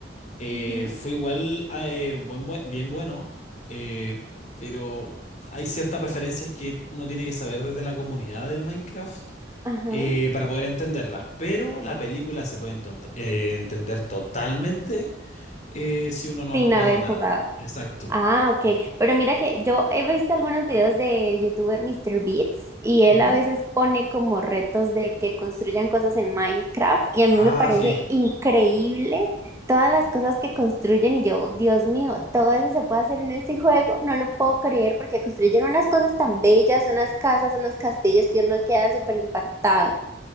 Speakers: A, on the left; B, on the right.
A: eh,
B: Ujú,
A: fue igual eh, buen- buen- bien bueno, eh, pero hay ciertas referencias que uno tiene que saber desde la comunidad del Minecraft
B: Ajá.
A: eh, para poder entenderlas, pero la película se puede enton- eh, entender totalmente eh, si uno no
B: Sin
A: ha jugado
B: haber
A: nada.
B: jugado.
A: Exacto.
B: Ah, ok.
A: Exacto.
B: Pero mira que yo he visto algunos videos del youtuber Mr. Beats y él
A: Ujú.
B: a veces pone como retos de que construyan cosas en Minecraft y a
A: Ah,
B: mí me parece
A: sí.
B: increíble todas las cosas que construyen y yo, Dios mío, todo eso se puede hacer en este juego, no lo puedo creer porque construyen unas cosas tan bellas, unas casas, unos castillos que uno queda súper impactado.